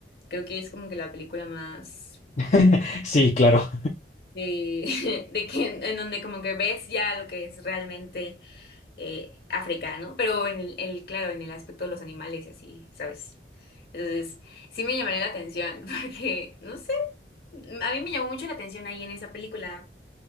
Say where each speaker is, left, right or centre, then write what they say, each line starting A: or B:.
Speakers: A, on the left (about 55°); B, on the left (about 40°).
A: creo que es como que la película más
B: <laughs> Sí, claro.
A: de, <laughs> de que en, en donde como que ves ya lo que es realmente eh, África, ¿no? Pero en el, el- claro, en el aspecto de los animales y así, ¿sabes? Entonces, sí me llamaría la atención, <laughs> porque, no sé, a mí me llamó mucho la atención ahí en esa película.